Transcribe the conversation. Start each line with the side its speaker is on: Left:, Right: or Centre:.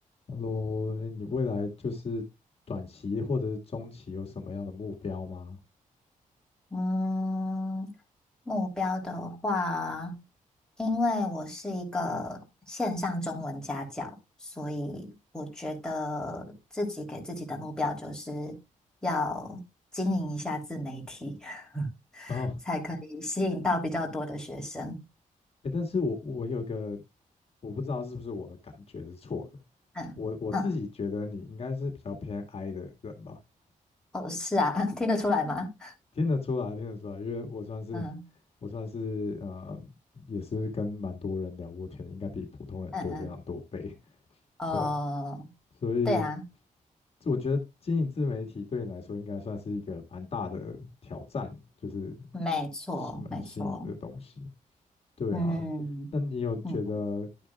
Left: h e l 你未来就是短期或者是中期有什么样的目标吗？
Centre: 嗯，目标的话，因为我是一个线上中文家教，所以我觉得自己给自己的目标就是要经营一下自媒体，<laughs>
Left: 哦，
Centre: 才可以吸引到比较多的学生。
Left: 哎，但是我我有一个，我不知道是不是我的感觉是错的，
Centre: 嗯嗯，
Left: 我我自己觉得你应该是比较偏 I 的人吧，
Centre: 哦，是啊，<laughs> 听得出来吗？
Left: 听得出来，听得出来，因为我算是
Centre: 嗯
Left: 我算是呃，也是跟蛮多人聊过天的，应该比普通人多非常多倍，
Centre: 嗯嗯，哦，
Left: 对啊，所以
Centre: 对啊，
Left: 我觉得经营自媒体对你来说应该算是一个蛮大的挑战，就是
Centre: 没错没错，
Left: 是蛮新颖的东西。对啊，
Centre: 嗯
Left: 那你有觉得
Centre: 嗯。